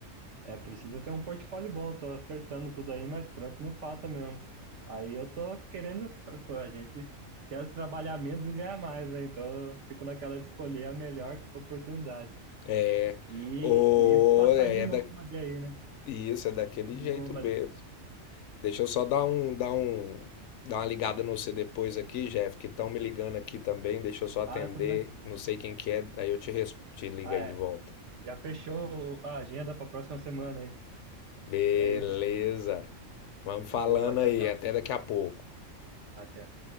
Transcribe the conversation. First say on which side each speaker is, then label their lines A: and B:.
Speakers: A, on the right; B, on the left.
A: É, precisa ter um portfólio bom, tô acertando tudo aí, mas trampo não falta mesmo. Aí eu tô querendo, pô, a gente quer trabalhar menos e ganhar mais, né? Então eu fico naquela de escolher a melhor oportunidade.
B: É,
A: E,
B: ou
A: e passar
B: é
A: de
B: é
A: nômade
B: da,
A: aí, né?
B: isso, é daquele
A: É um
B: jeito
A: Nômade.
B: mesmo. Deixa eu só dar um, dar um, dar uma ligada no você depois aqui, Jeff, que estão me ligando aqui também. Deixa eu só atender,
A: Ah, tudo bem.
B: não sei quem que é, aí eu te, res- te ligo
A: Ah,
B: aí
A: é.
B: de volta.
A: Já fechou a agenda pra próxima semana aí.
B: Beleza.
A: É isso.
B: Vamos falando
A: Boa, tchau,
B: aí.
A: tchau.
B: Até daqui a pouco.
A: Até.